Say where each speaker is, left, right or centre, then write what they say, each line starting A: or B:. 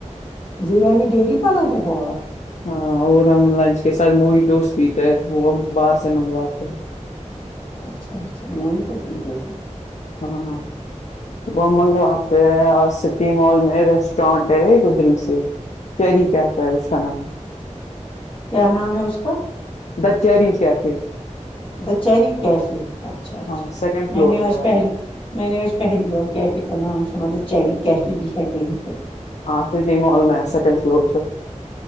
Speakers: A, on the left; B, on the left.
A: برییانی ڈیلی بنا تے ہو آپ
B: ہاں اور ہم لنچ کے ساتھ موھتو روز پیتے ہیں وہ باہر سے منگواتے ہیں
A: اچھا اچھا موھتو پیتے ہو
B: ہاں وہ ہم منگواتے ہیں سٹی مال میں ریسٹورینٹ ہے <unintelligible> سے کیری کیاتا ہے اس کا نام
A: کیا نام ہے اس کا
B: دا چیری کیفے
A: دا چیری کیفے اچھا اچھا
B: ہاں سیکنڈ فلور
A: میں نے آج
B: پہ ہے۔
A: پہلی میں نے آج پہلی بار کیفے کا نام سنا تھا چیری کیفے بھی ہے کہیں پہ
B: ہاں سٹی مال میں ہے سیکنڈ فلور پہ